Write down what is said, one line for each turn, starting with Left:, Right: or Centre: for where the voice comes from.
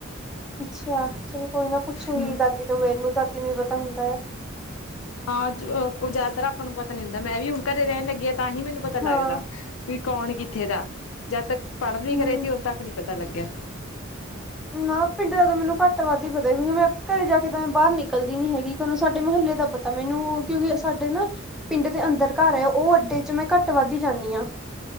Centre: ਅੱਛਾ ਚਲੋ ਕੋਈ ਨਾ ਪੁੱਛੋਗੀ
Left: ਹਮ,
Centre: ਦਾਦੀ ਤੋਂ ਮੇਰੇ ਨੂੰ ਦਾਦੀ ਨੂੰ ਹੀ ਪਤਾ ਹੁੰਦਾ ਆ।
Left: ਹਾਂ ਜ਼ਿਆਦਾਤਰ ਆਪਾਂ ਨੂੰ ਪਤਾ ਨੀ ਹੁੰਦਾ ਮੈਂ ਵੀ ਹੁਣ ਘਰੇ ਰਹਿਣ ਲੱਗੀ ਤਾਂ ਹੀ ਮੈਨੂੰ ਪਤਾ ਲੱਗਦਾ।
Centre: ਹਾਂ
Left: ਵੀ ਕੌਣ ਕਿੱਥੇ ਦਾ ਜਦ ਤੱਕ ਪੜ੍ਹਨ ਲਈ
Centre: ਹਮ
Left: ਕਰੇ ਤ ਉਦ ਤੱਕ ਨੀ ਪਤਾ ਲੱਗਿਆ
Centre: ਨਾ ਪਿੰਡ ਦਾ ਤਾਂ ਮੈਨੂੰ ਘੱਟ ਵੱਧ ਹੀ ਪਤਾ ਕਿਉਂਕਿ ਮੈਂ ਘਰੇ ਜਾ ਕੇ ਤਾਂ ਮੈਂ ਬਾਹਰ ਨਿਕਲਦੀ ਨੀ ਹੈਗੀ ਕਹਨੂੰ ਸਾਡੇ ਮੁਹੱਲੇ ਦਾ ਪਤਾ ਤਾਂ ਮੈਨੂੰ ਕਿਉਂਕਿ ਸਾਡੇ ਨਾ ਪਿੰਡ ਦੇ ਅੰਦਰ ਘਰ ਏ। ਉਹ ਅੱਡੇ ਚ ਮੈਂ ਘੱਟ ਵੱਧਦੀ ਜਾਂਦੀ ਹਾਂ